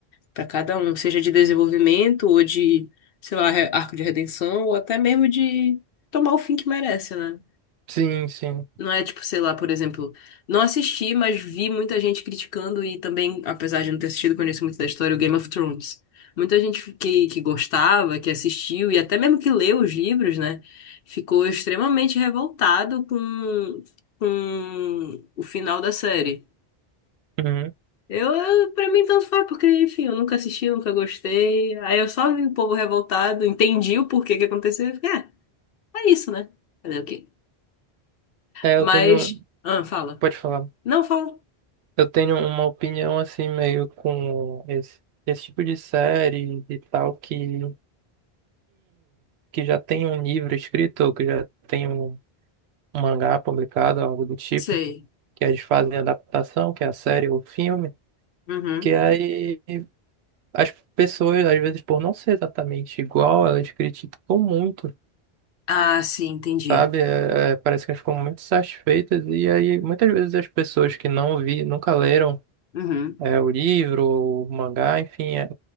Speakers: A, on the left; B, on the right.
A: Pra cada um, seja de desenvolvimento ou de, sei lá, re- arco de redenção, ou até mesmo de tomar o fim que merece, né?
B: Sim, sim.
A: Não é tipo, sei lá, por exemplo, não assisti, mas vi muita gente criticando e também, apesar de não ter assistido, conheço muito da história, o Game of Thrones. Muita gente que, que gostava, que assistiu e até mesmo que leu os livros, né, ficou extremamente revoltado com, com o final da série.
B: Uhum.
A: Eu, eu, pra mim, tanto faz, porque, enfim, eu nunca assisti, nunca gostei. Aí eu só vi o povo revoltado, entendi o porquê que aconteceu e fiquei, é, é isso, né? Fazer o quê?
B: É,
A: Mas,
B: eu tenho,
A: ah, fala.
B: pode falar.
A: Não, fala.
B: Eu tenho uma opinião assim meio com esse, esse tipo de série e tal que que já tem um livro escrito ou que já tem um um mangá publicado, algo do tipo.
A: Sei.
B: que eles fazem adaptação, que é a série ou o filme,
A: Uhum.
B: que aí as pessoas, às vezes, por não ser exatamente igual, elas criticam muito,
A: Ah, sim, entendi.
B: sabe? É, é, parece que elas ficam muito satisfeitas, e aí muitas vezes as pessoas que não vi, nunca leram
A: Uhum.
B: é, o livro, ou o mangá, enfim, é